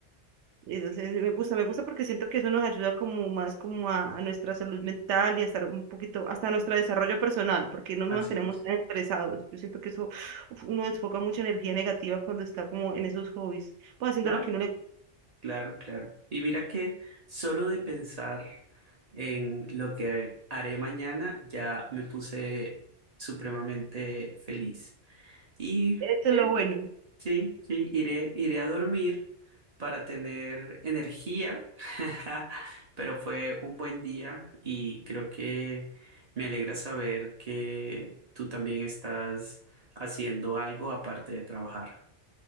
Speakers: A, on the right; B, on the right.
A: entonces me gusta, me gusta porque siento que eso nos ayuda como más como a, a nuestra salud mental y a estar un poquito, hasta a nuestro desarrollo personal, porque nos
B: Así
A: mantenemos
B: es.
A: tan estresados, yo siento que eso, uf, uno desfoca mucha energía negativa cuando está como en esos hobbies pues haciendo
B: Claro,
A: lo que uno le
B: claro, claro. Y mira que solo de pensar en lo que haré mañana ya me puse supremamente feliz. Y
A: Eso
B: bien,
A: es lo bueno.
B: Sí, sí, iré, iré a dormir para tener energía, <laughs> pero fue un buen día y creo que me alegra saber que tú también estás haciendo algo aparte de trabajar.